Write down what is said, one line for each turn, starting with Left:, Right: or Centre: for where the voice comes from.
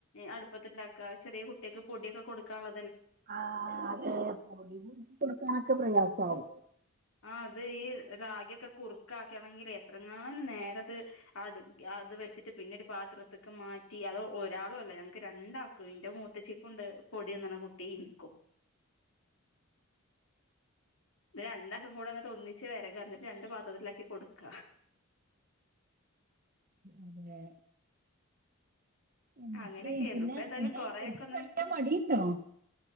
Left: അടുപ്പത്ത്ണ്ടാക ചെറിയ കുട്ടിയക്ക് പൊടിയൊക്കെ കൊടുക്കാനു
Right: ആ അതെ പൊടി പിടിച്ച കൊടുക്കാനൊക്കെ പ്രയാസവും.
Left: ആ അത് ഈ റാഗിയൊക്കെ കുറുക്കാക്കണെങ്കിൽ എത്രങ്ങാനും നേരത് അത് അത് വെച്ചിട്ട് പിന്നെ ഒരു പാത്രത്ക്ക് മാറ്റി അത് ഒരാളൂ അല്ല ഞങ്ങക്ക് രണ്ടാക്കും ഇന്റെ മൂ മൂത്തച്ഛികൂണ്ട് പൊടിയന്ന്ണ കുട്ടി ഇൻക്കും. ഇത് രണ്ട ഉം കൂടെ ഒന്നിച്ച് വരക എന്നിട്ട് രണ്ട പാത്രത്തിലാക്കി കൊടുക്ക.
Right: അതേ എനിക്ക്
Left: അങ്ങനെയൊക്കെ ആയിരുന്നു
Right: പിന്നെ
Left: ഇപ്പ ഏതായാലും
Right: അങ്ങനെ
Left: കൊറെയൊക്കെ
Right: എടുത്തു
Left: ഒന്ന്
Right: കഴിക്കാൻ മടിണ്ടോ?